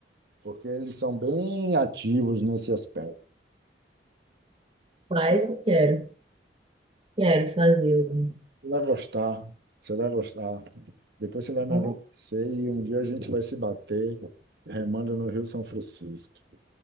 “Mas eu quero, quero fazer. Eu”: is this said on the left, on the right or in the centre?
Right